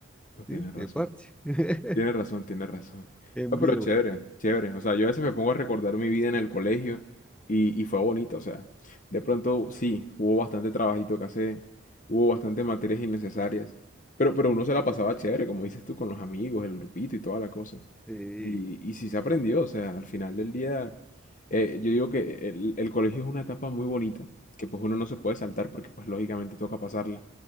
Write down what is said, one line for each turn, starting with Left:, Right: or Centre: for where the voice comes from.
Left: No tiene
Centre: sí,
Left: razón.
Centre: de parche. <laughs>
Left: Tienes razón, tienes razón.
Centre: En
Left: No,
Centre: vivo.
Left: pero chévere, chévere. O sea, yo a veces me pongo a recordar mi vida en el colegio y, y fue bonito. O sea, de pronto sí, hubo bastante trabajito que hacer, hubo bastante materias innecesarias, pero, pero uno se la pasaba chévere, como dices tú, con los amigos, el grupito y toda la cosa.
Centre: Eh,
Left: Y, y sí se aprendió, o sea, al final del día, eh, yo digo que el, el colegio es una etapa muy bonita, que pues uno no se puede saltar porque pues lógicamente toca pasarla,